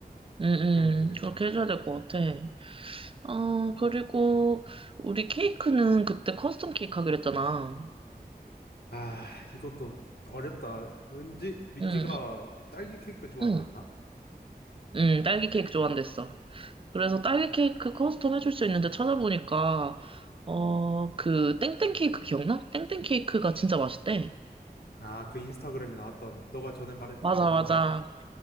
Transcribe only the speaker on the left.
아, 그러면 되겠다.
아, 이것도 어렵다. 은지, 민지가
딸기 케이크 좋아한댔나?
아, 그 인스타그램에 나왔던, 너가 전에 말했던
거긴가?